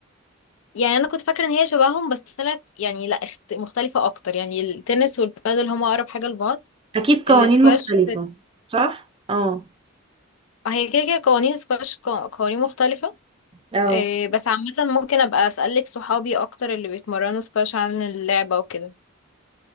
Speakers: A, on the left (about 75°); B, on the right (about 25°).
A: يعني انا كنت فاكره ان هي شبههم بس طلعت يعني لا اخت... مختلفه اكتر يعني التنس والبادل هما اقرب حاجه لبعض
B: اكيد قوانين
A: الاسكواش
B: مختلفة صح اه
A: آه، هي كده كده قوانين السكواش قو- قوانين مختلفه
B: اه
A: آه، بس عامه ممكن ابقى اسالك صحابي اكتر اللي بيتمرنوا سكواش عن اللعبه وكده